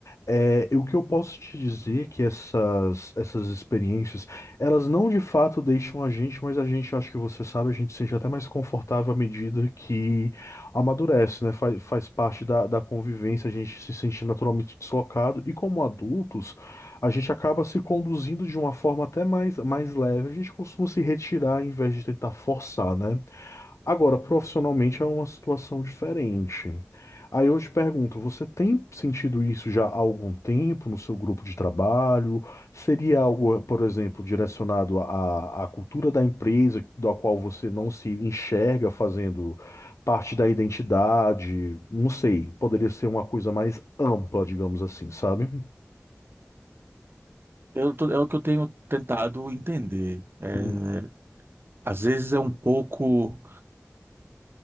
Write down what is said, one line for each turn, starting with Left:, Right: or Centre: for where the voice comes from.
Left: É, e o que eu posso te dizer é que essas, essas experiências, elas não de fato deixam a gente, mas a gente, eu acho que você sabe, a gente seja até mais confortável à medida que amadurece, né? Faz, faz parte da, da convivência, a gente se sente naturalmente deslocado, e como adultos, a gente acaba se conduzindo de uma forma até mais, mais leve, a gente costuma se retirar em vez de tentar forçar, né? Agora, profissionalmente é uma situação diferente. Aí eu te pergunto, você tem sentido isso já há algum tempo no seu grupo de trabalho? Seria algo, por exemplo, direcionado à, à cultura da empresa, da qual você não se enxerga fazendo parte da identidade? Não sei, poderia ser uma coisa mais ampla, digamos assim, sabe?
Right: Eu tô- é o que eu tenho tentado entender. É,
Left: Hum,
Right: às vezes é um pouco